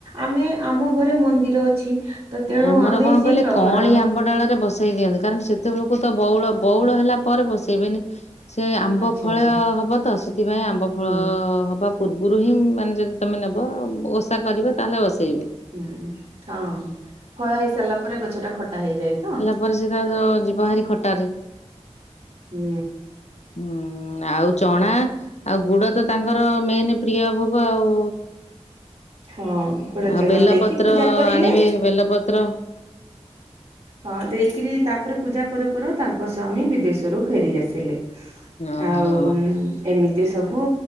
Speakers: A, on the right; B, on the left.
A: ଆମେ ଆମ ଘରେ ମନ୍ଦିର ଅଛି। ତ ତେଣୁ
B: ଆମର
A: ଆମେ
B: କଣ
A: ସେଇ
B: କହିଲେ
A: ଟଗର
B: କଅଁଳି ଆମ୍ବଡାଳରେ ବସେଇ ଦିଅନ୍ତି। କାରଣ ସେତେବେଳକୁ ତ ବଉଳ ବଉଳ ହେଲା ପରେ ବସେଇବେନି। ସେ ଆମ୍ବ
A: ଆଚ୍ଛା
B: ଫଳ
A: ଆଚ୍ଛା
B: ହବ ତ ସେଥିପାଇଁ ଆମ୍ବ ଫଳ
A: ହୁଁ
B: ହବା ପୂର୍ବରୁ ହିଁ ମାନେ ଯଦି ତୁମେ ନେବ ଓଷା କରିବେ ତାହେଲେ ବସେଇବେ।
A: ହୁଁ ହଁ ଫଳ ହେଇ ସାରିଲା ପରେ ଗଛ ଟା ଖଟା ହେଇଯାଏ ତ।
B: ତା ପରେ ସେଟା ତା ଯିବା ହାରି ଖଟାରେ।
A: ହୁଁ।
B: ହୁଁ ଆଉ ଚଣା ଆଉ ଗୁଡ ତ ତାଙ୍କର ମେନ ପ୍ରିୟ ଭୋଗ ଆଉ।
A: ହଁ ଗୁଡ
B: ଆଉ
A: ଚଣା
B: ବେଲପତ୍ର
A: ଦେଇକି ପୂଜା କରିଲେ
B: ଆଣିବେ ବେଲପତ୍ର।
A: ହଁ ଦେଇକିରି ତାପରେ ପୂଜା କରୁ କରୁ ତାଙ୍କ ସ୍ୱାମୀ ବିଦେଶରୁ ଫେରି ଆସିଲେ।
B: ଓହୋ
A: ଆଉ ଏମିତି ସବୁ